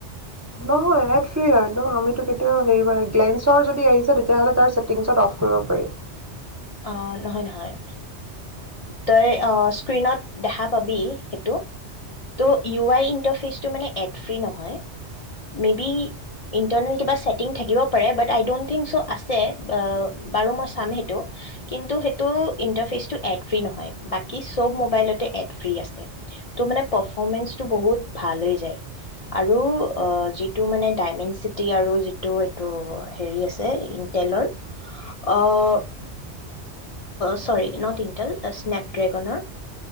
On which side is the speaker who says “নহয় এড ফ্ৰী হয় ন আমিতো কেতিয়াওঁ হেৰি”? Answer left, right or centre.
Right